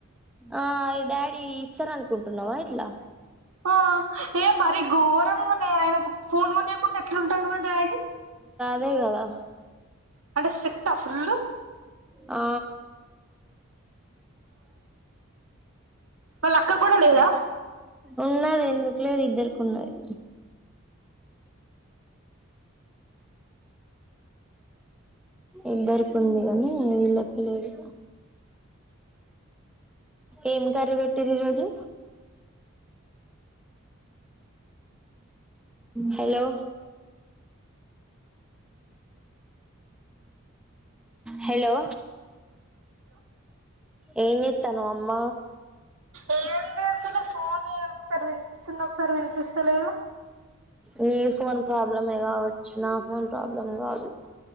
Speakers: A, in the centre; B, on the right.
A: ఆ డాడీ ఇస్సారు అనుకుంటున్నావా ఇట్లా
B: ఆ ఏ మరి గోరంగ్ దే ఆయనకు ఫోన్ కొనియకుండా ఎట్లుంటాడుమార్ డాడీ
A: మే కదా
B: అంటే స్ట్రిక్టా ఫుల్
A: ఆ
B: వాళ్ళ అక్క కూడ లేద
A: ఉన్నాది ఎందుకు లే ఇద్దరుకి ఉన్నాది ఇద్దరుకుంది కాని వీళ్ళకి లేదు ఏం కర్రీ పెట్టరు ఈరోజు హలో హలో ఏన్ జెత్తానవ్ అమ్మ
B: ఏందే అసల్ లు ఫోనే ఒకసారి వినిపిస్తుంది ఒకసారి వినిపిస్తలేదు
A: నీ ఫోన్ ప్రాబ్లమే కావోచ్చు నా ఫోన్ ప్రాబ్లమ్ బ్లం కాదు